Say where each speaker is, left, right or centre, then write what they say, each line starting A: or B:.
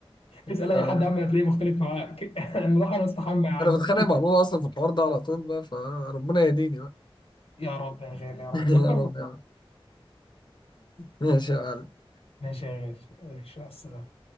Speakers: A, on the left; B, on the left.
A: اسال
B: آه.
A: اي حد يا عم هتلاقيه مختلف معاك <laughs> انا راح استحمى يا عم
B: انا بتخانق مع بابا اصلا في الحوار ده على طول بقى فربنا يهديني بقى
A: <laughs> يا رب يا غالي يا رب
B: <laughs> يا
A: بجرب
B: رب يا عم ماشي يا معلم
A: ماشي يا غالي ماشي السلام